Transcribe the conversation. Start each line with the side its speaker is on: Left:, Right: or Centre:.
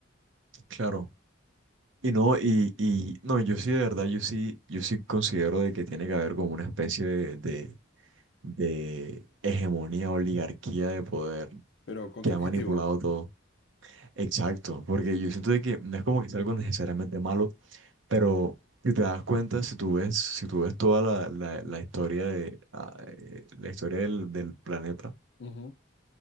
Right: claro. Y no, y, y no, yo sí de verdad, yo sí, yo sí considero de que tiene que haber como una especie de, de, de hegemonía, oligarquía de poder
Left: Pero ¿con
Right: que
Left: qué
Right: ha
Left: objetivo?
Right: manipulado todo. Exacto, porque yo siento de que no es como que sea algo necesariamente malo, pero si te das cuenta, si tú ves, si tú ves toda la, la, la historia de ah, eh, la historia del, del planeta,
Left: Ujú,